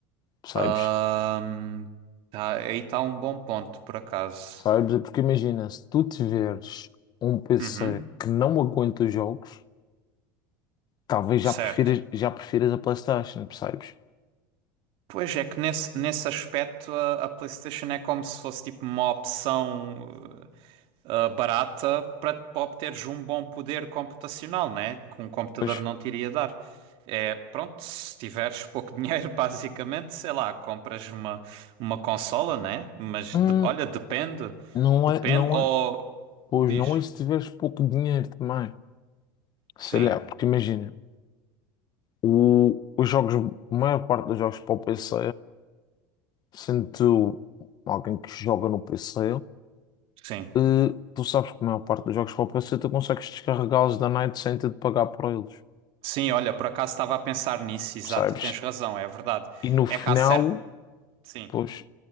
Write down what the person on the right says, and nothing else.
Ahm, tá, aí está um bom ponto, por acaso.
Uhum,
certo.
Pois é que nesse, nesse aspecto a, a PlayStation é como se fosse tipo uma opção. eh, ah, barata para, para obteres um bom poder computacional, né? Que um computador
não te iria dar. É, pronto, se tiveres pouco dinheiro, <laughs> basicamente, sei lá, compras uma, uma consola, né? Mas
de- olha, depende.
Depende.
Ou
diz.
Sim,
sim.
Sim, olha, por acaso estava a pensar nisso, exato,
e tens razão, é verdade.
É
que há certo. Sim.